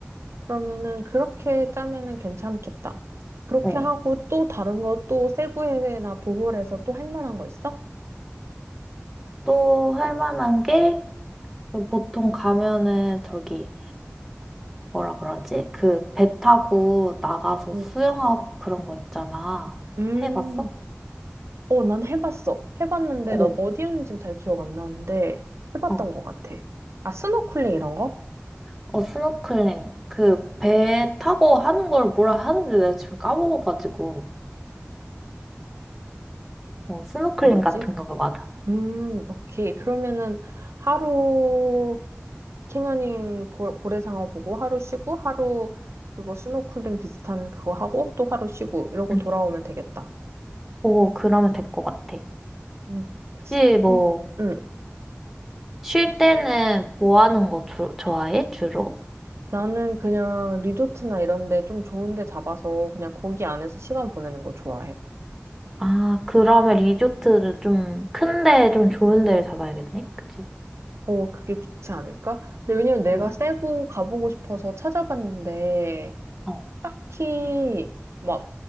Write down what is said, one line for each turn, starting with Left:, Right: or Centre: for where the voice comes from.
Right: 그러면은 그렇게 짜면은 괜찮겠다. 그렇게
Centre: 어.
Right: 하고 또 다른 거 또 세부에나 보홀에서 또 할 만한 거 있어?
Centre: 또 할 만한 게, 그 보통 가면은 저기, 뭐라 그러지? 그 배 타고 나가서
Right: 음.
Centre: 수영하고 그런 거 있잖아.
Right: 음.
Centre: 해봤어?
Right: 어, 난 해봤어. 해봤는데,
Centre: 어,
Right: 나 어디였는지는 잘 기억 안 나는데, 해봤던
Centre: 어.
Right: 것 같아. 아, 스노클링 이런 거?
Centre: 어, 스노클링. 그 배 타고 하는 걸 뭐라 하는지 내가 지금 까먹어가지고. 어, 스노클링
Right: 뭐지?
Centre: 같은 거 맞아.
Right: 음, 오케이. 그러면은, 하루, 캐녀닝 보- 고래상어 보고, 하루 쉬고, 하루, 그거 스노클링 비슷한 그거 하고, 또 하루 쉬고, 이러고
Centre: 응.
Right: 돌아오면 되겠다.
Centre: 오, 그러면 될 것 같아.
Right: 음,
Centre: 혹시 뭐,
Right: 음, 음.
Centre: 쉴 때는 뭐 하는 거 조- 좋아해, 주로?
Right: 나는 그냥 리조트나 이런 데 좀 좋은 데 잡아서, 그냥 거기 안에서 시간 보내는 거 좋아해.
Centre: 아, 그러면 리조트를 좀 큰데 좀 좋은 데를 잡아야겠네. 그치?
Right: 어, 그게 좋지 않을까? 근데 왜냐면 내가
Centre: 오,
Right: 세부 가보고 싶어서 찾아봤는데,
Centre: 어,
Right: 딱히, 막,